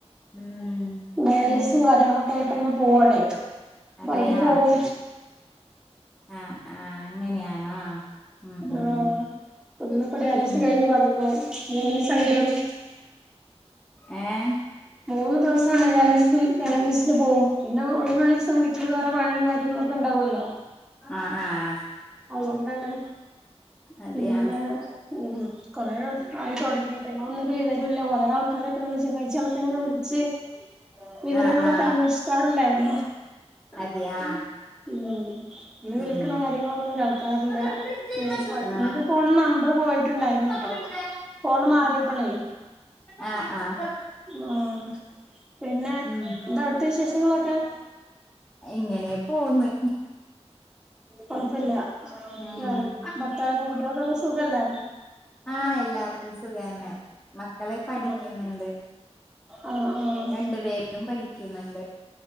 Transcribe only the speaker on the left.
ഉം
പിന്നെ
അതെയാ
ആഹ് ആഹ് അങ്ങനെയാണോ ഉം ഉം
പിൻ
ഏഹ്
ആഹ് ആഹ്
അതെയാ
ആഹ് ആഹ്
അതെയാ
ഉം
ആഹ്
അതെയാ
ആഹ് ആഹ്
ഉം
ഇങ്ങനേ പോന്ന്
ഉം ഉം
ആഹ് എല്ലാർക്കും സുഖാണ്‌ മക്കള് പഠിക്കുന്നുണ്ട്
രണ്ടു പേരും പഠിക്കുന്നുണ്ട്